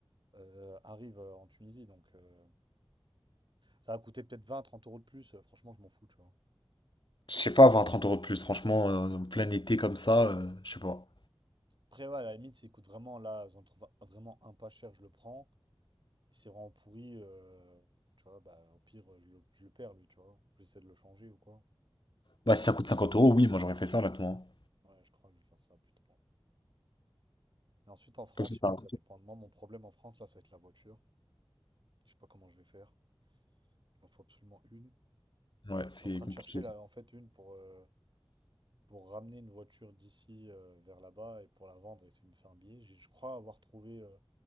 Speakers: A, on the right; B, on the left.
A: euh, arrivent euh, en Tunisie. Donc euh, ça va coûter peut-être 20, 30 euros de plus. Euh, franchement, je m'en fous, tu vois.
B: Je sais pas, 20-30 euros de plus, franchement, euh, en plein été comme ça, euh, je sais pas.
A: Après, ouais, à la limite, s'il coûte vraiment là, j'en trouve vraiment un pas cher, je le prends. c'est vraiment pourri, euh, tu vois, bah au pire, euh, je le, je le perds, lui, tu vois. J'essaie de le changer ou quoi.
B: Bah, si ça coûte 50 euros, oui, moi j'aurais fait ça, honnêtement.
A: Ouais, je crois que je vais faire ça plutôt. Et ensuite, en France,
B: Comme ça.
A: je sais pas, ça dépend de moi. Mon problème en France, là, ça va être la voiture. Je sais pas comment je vais faire. Il en faut absolument une.
B: Ouais, c'est
A: Je suis en train
B: compliqué.
A: de chercher, là, en fait, une pour, euh, pour ramener une voiture d'ici euh, vers là-bas et pour la vendre et essayer de me faire un billet. J'ai- Je crois avoir trouvé euh,